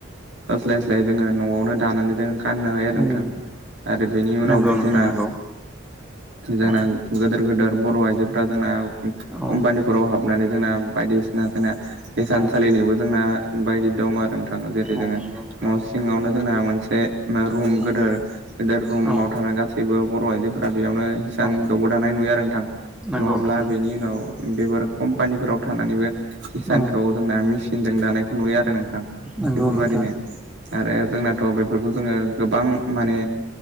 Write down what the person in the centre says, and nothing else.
उम
नंगौ नोंथां
नंगौ
औ
औ
औ
औ
नंगौ नोंथां
औ
औ
औ
नंगौ
नोंथां
औ
नोंगौ
नोंथां।